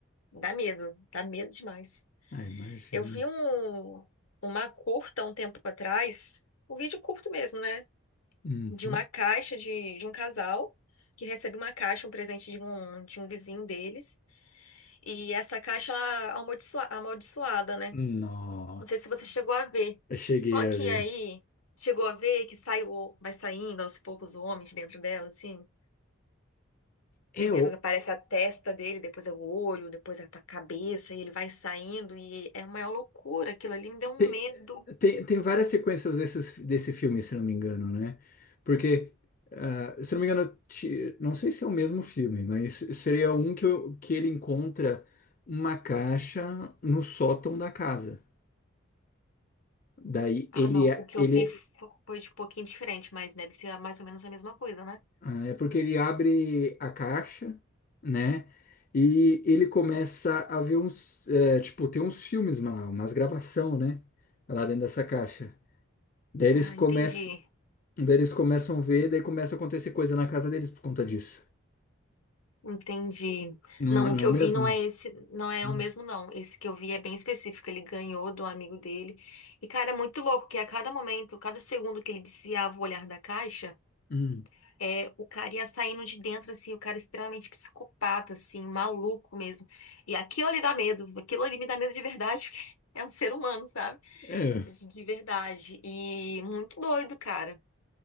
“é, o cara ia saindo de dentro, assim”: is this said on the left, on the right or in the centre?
Left